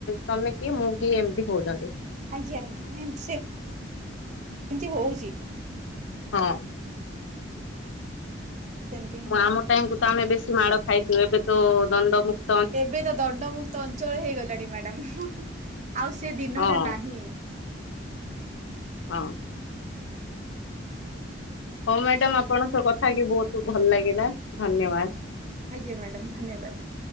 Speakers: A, on the left (about 75°); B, on the right (about 40°).
A: ତମେ କିଏ ମୁଁ କିଏ ଏମତି ହଉଛନ୍ତ।
B: ଆଜ୍ଞା ଆଜ୍ଞା ଏମ ସେ ଏମିତି ହୋଉଚି।
A: ହଁ।
B: ସେମିତି ହିଁ ହଉଛି
A: ଆମ
B: ମ୍ୟାଡାମ।
A: ଟାଇମ କୁ ତମେ ବେଶୀ ମାଡ଼ ଖାଇଥିଲେ। ଏବେ ତ ଦଣ୍ଡ ମୁୁକ୍
B: ଏବେ ତ ଦଣ୍ଡମୁକ୍ତ ଅଞ୍ଚଳ ହେଇଗଲାଣି ମ୍ୟାଡାମ ହୁଁ ହୁଁ। ଆଉ ସେ ଦିନଟା
A: ହଁ
B: ନାହିଁ।
A: ହଁ।
B: ହୁଁ।
A: ହଉ ମ୍ୟାଡାମ ଆପଣଙ୍କସହ କଥା ହେଇକି ବହୁତ ଭଲ ଲାଗିଲା ଧନ୍ୟବାଦ।
B: ଆଜ୍ଞା ମ୍ୟାଡ଼ାମ୍ ଧନ୍ୟବାଦ।